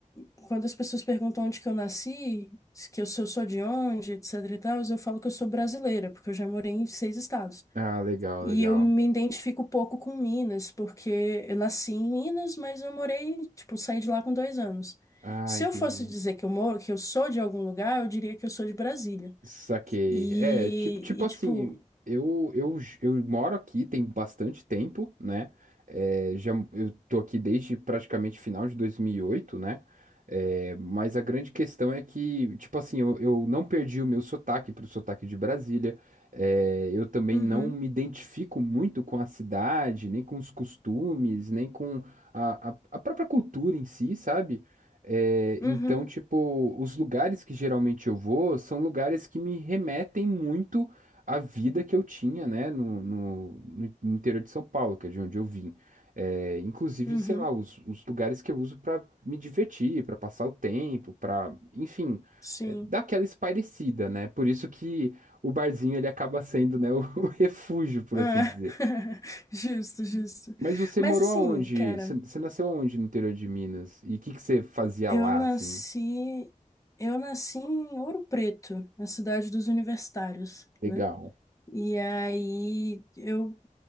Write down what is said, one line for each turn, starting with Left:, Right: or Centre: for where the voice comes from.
Left: quando as pessoas perguntam onde que eu nasci, se que eu, se eu sou de onde, etc e tal, eu falo que eu sou brasileira, porque eu já morei em seis estados.
Right: Ah, legal,
Left: E
Right: legal.
Left: eu me identifico pouco com Minas, porque eu nasci em Minas, mas eu morei, tipo, saí de lá com dois anos.
Right: Ah,
Left: Se
Right: entendi.
Left: eu fosse dizer que eu moro, que eu sou de algum lugar, eu diria que eu sou de Brasília.
Right: Saquei.
Left: E,
Right: É, tipo, tipo
Left: e
Right: assim,
Left: tipo,
Right: eu, eu, j- eu moro aqui tem bastante tempo, né? É, já, eu tô aqui desde praticamente final de 2008, né? É, mas a grande questão é que, tipo assim, eu, eu não perdi o meu sotaque pro sotaque de Brasília. É, eu também
Left: uhum,
Right: não me identifico muito com a cidade, nem com os costumes, nem com a, a, a própria cultura em si, sabe? É,
Left: uhum,
Right: então, tipo, os lugares que geralmente eu vou são lugares que me remetem muito à vida que eu tinha, né, no, no- no- no interior de São Paulo, que é de onde eu vim. É, inclusive,
Left: uhum,
Right: sei lá, os, os lugares que eu uso para me divertir, para passar o tempo, para, enfim,
Left: sim.
Right: é, dar aquela espairecida, né? Por isso que o barzinho ele acaba sendo, né, <laughs> o refúgio, por
Left: É.
Right: assim dizer.
Left: <laughs> Justo, justo.
Right: Mas você
Left: Mas
Right: morou
Left: assim,
Right: aonde?
Left: cara,
Right: Você você nasceu aonde no interior de Minas? E o que que você fazia
Left: eu
Right: lá,
Left: nasci,
Right: assim?
Left: eu nasci em Ouro Preto, na cidade dos universitários.
Right: Legal.
Left: né? E aí eu